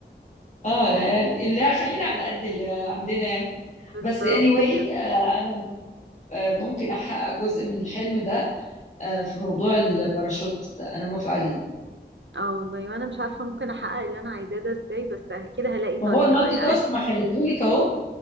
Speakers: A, on the left; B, on the right.
A: اه لا يعني اللي خلينا على قد اللي عندنا يعني
B: بالظبط
A: بس anyway
B: كده
A: آه، انا آه، ممكن احقق جزء من الحلم ده آه، في موضوع الباراشوت ده انا موافقة عليه
B: اه والله وانا مش عارفه ممكن احقق اللي انا عايزاه ده ازاي بس كده هلاقي طريقه
A: ما هو المالتي
B: يعني
A: تاسك ما حلتهولك اهو